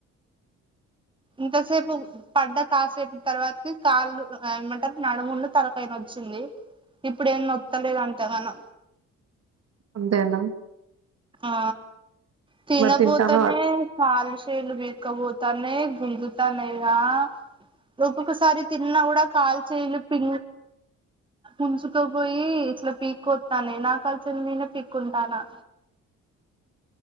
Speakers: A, on the right (about 15°); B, on the right (about 55°).
A: ఇంతసేపు పడ్డ కాసేపు తర్వాతకి కాళ్ళు ఏమంటారు నడుములు తలకాయి నొచ్చింది ఇప్పుడు ఏం నొత్తలేదు అంతగాను
B: అంతేనా
A: ఆ తిన
B: మరి తింటానవా
A: పోతనే కాళ్లు చేతులు బీక్కబోతానయి గుంజుతానయి ఇగా రూపకోసారి తిన్నా కూడా కాల్చలు పి ఉుంచుతో పోయి ఇట్లా పీక్ వస్తానే నా కాల్సి నేనే పీక్ ఉంటాను